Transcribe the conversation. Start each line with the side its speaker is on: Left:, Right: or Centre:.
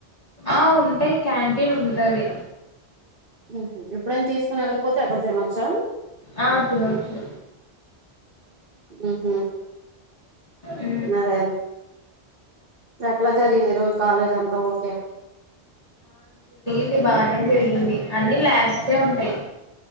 Left: ఆ ఉంటాయి క్యాంటీన్ ఉంటది
Right: ఉహు ఎప్పుడైనా తీసుకుని వెళ్ళకపోతే అక్కడి తనొచ్చా
Left: ఆ తినొచ్చు
Right: ఉహు
Left: ఊ
Right: అదేలే ఎట్లా జరిగింది రోజు కాలేజ్ అంతా ఓకే
Left: ఇది బానే జరిగింది అంటే ల్యాబ్స్ ఏ ఉంటయి